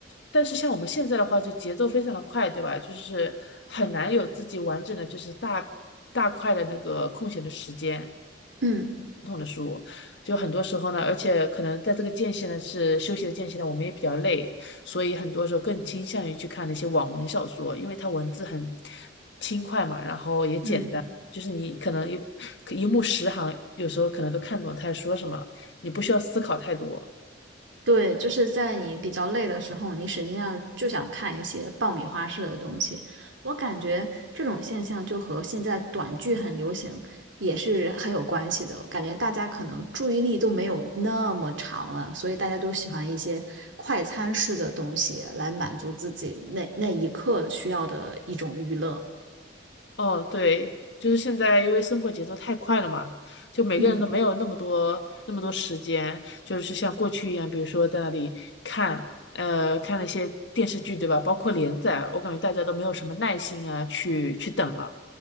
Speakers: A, on the left; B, on the right.
A: 但是像我们现在的话，就节奏非常的快，对吧？就是很难有自己完整的，就是大大块的那个空闲的时间。
B: 嗯
A: 统的书，就很多时候呢，而且可能在这个间隙呢，是休息的间隙呢，我们也比较累，所以很多时候更倾向于去看那些网文小说，因为它文字很轻快嘛，然后也简单，
B: 嗯
A: 就是你可能一一目十行，有时候可能都看懂他在说什么，你不需要思考太多。
B: 对，就是在你比较累的时候，你实际上就想看一些爆米花式的东西。我感觉这种现象就和现在短剧很流行也是很有关系的。感觉大家可能注意力都没有那么长了，所以大家都喜欢一些快餐式的东西来满足自己那那一刻需要的一种娱乐。
A: 哦，对，就是现在，因为生活节奏太快了嘛，就每个人都没有那么多那么多时间，
B: 嗯，
A: 就是像过去一样，比如说在那里看，呃，看那些电视剧，对吧？包括连载，我感觉大家都没有什么耐心啊，去去等了。